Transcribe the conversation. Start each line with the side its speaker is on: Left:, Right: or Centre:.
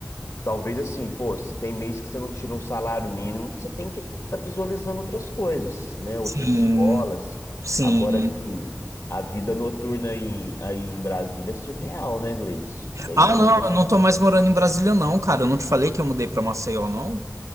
Left: Talvez assim, pô, se tem mês que você não tira um salário mínimo, você tem que estar visualizando outras coisas, né? Outras
Right: Sim,
Left: escolas.
Right: sim.
Left: Agora, sim, a vida noturna em, aí em Brasília é surreal, né, Gleice? Isso aí,
Right: Ah,
Left: por
Right: não,
Left: exemplo.
Right: eu não tô mais morando em Brasília, não, cara. Eu não te falei que eu mudei pra Maceió, não?